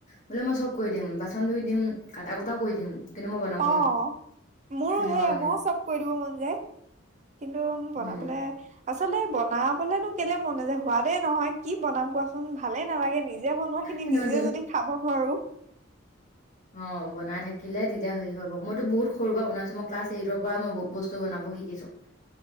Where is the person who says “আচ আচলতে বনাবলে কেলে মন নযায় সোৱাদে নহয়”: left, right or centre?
Right